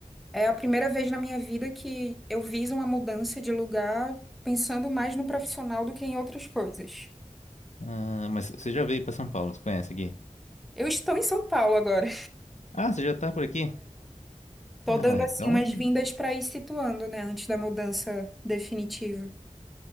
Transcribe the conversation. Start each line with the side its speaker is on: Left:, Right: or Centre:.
Centre: É a primeira vez na minha vida que eu viso uma mudança de lugar pensando mais no profissional do que em outras coisas.
Left: Ah, mas você já veio pra São Paulo, você conhece aqui?
Centre: Eu estou em São Paulo agora.
Left: Ah, você já tá por aqui?
Centre: <laughs> Tô
Left: Ah,
Centre: dando assim
Left: então,
Centre: umas vindas para ir situando, né, antes da mudança definitiva.